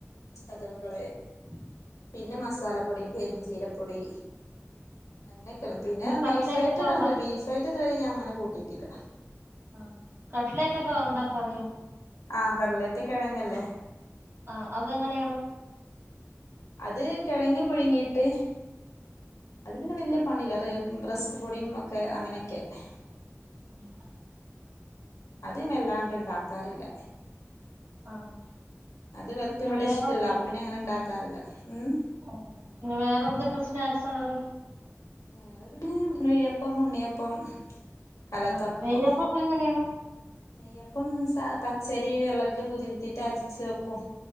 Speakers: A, on the left (about 85°); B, on the right (about 50°).
A: ചതവുകളെ
B: <unintelligible>
A: പിന്നെ മസാലപ്പൊടി ഇടും പെരുംചീരപ്പൊടി അങ്ങനൊക്കിടും പിന്നാ
B: പിന്നെ കട്ട്ലേറ്റ്
A: ബീഫൈറ്റിടും
B: ഒക്കെ ഉണ്ടാക്ക
A: ബീഫൈറ്റ് ഇതുവരെ ഞാൻ അങ്ങനെ കൂട്ടിയിട്ടില്ല
B: ആഹ് കട്ട്ലേറ്റ് ഒക്കെ ഉണ്ടാക്കറിയോ
A: ആഹ് കട്ലറ്റ് കിഴങ്ങല്ലേ
B: ആഹ് അതെങ്ങനെയാണ്
A: അത് കിഴങ്ങ് പുഴുങ്ങിയിട്ട് അത് പിന്നെ വല്ല്യ പണിയില്ല റെ റെസ്ക് പൊടിയും ഒക്കെ അങ്ങനെയൊക്കെയല്ലേ
B: ഉം
A: അത് വല്ലാണ്ട് ഇണ്ടാക്കാറില്ല
B: ആഹ്
A: അത് ഇവർക്ക്
B: പിന്നെ
A: ഇവിടെ
B: വേറെ
A: ഇഷ്ട്ടല്ല അപ്പൊ പിന്നെ അങ്ങനെ ഇണ്ടാക്കാറില്ല ഉം
B: ആഹ് പിന്നെ വേറെന്തൊക്കെ സ്നാക്സാ ആറി
A: വേറെ പിന്നെ നെയ്യപ്പം ഉണ്ണിയപ്പം കലത്തപ്പം
B: ആഹ് നെയ്യപ്പൊക്കെ എങ്ങനെയാണ്
A: നെയ്യപ്പം ചാ പച്ചരി വെള്ളത്തില് കുതിർത്തിട്ട് അരച്ച് വെക്കും.